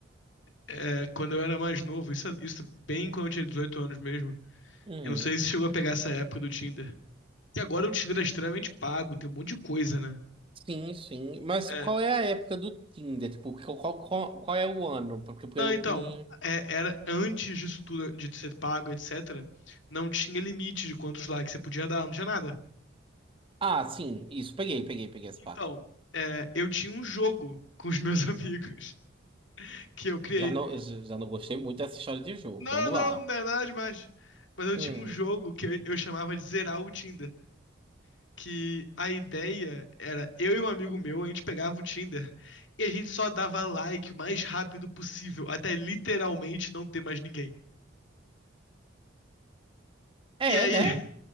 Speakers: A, on the left; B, on the right.
A: é, quando eu era mais novo, isso, isso bem quando eu tinha 18 anos mesmo,
B: Hum,
A: eu não sei se chegou a pegar essa época do Tinder. Que agora o Tinder é extremamente pago, tem um monte de coisa, né?
B: sim, sim. Mas
A: É,
B: qual é a época do Tinder? Tipo, qual, qual, qual qual é o ano? Porque, porque
A: Não,
B: eu
A: então,
B: me.
A: é- era antes disso tudo, de ser pago, etc., não tinha limite de quantos likes você podia dar, não tinha nada.
B: Ah, sim, isso, peguei, peguei, peguei essa
A: Então,
B: parte.
A: é, eu tinha um jogo <laughs> com os meus <laughs> amigos que eu criei.
B: Já não, já já não gostei muito dessa história de jogo.
A: Não,
B: Vamos
A: não,
B: lá.
A: não é nada demais. Mas eu
B: Hum.
A: tinha um jogo que eu, eu chamava de Zerar o Tinder. Que a ideia era eu e um amigo meu, a gente pegava o Tinder e a gente só dava like o mais rápido possível, até literalmente não ter mais ninguém.
B: É,
A: E aí,
B: né?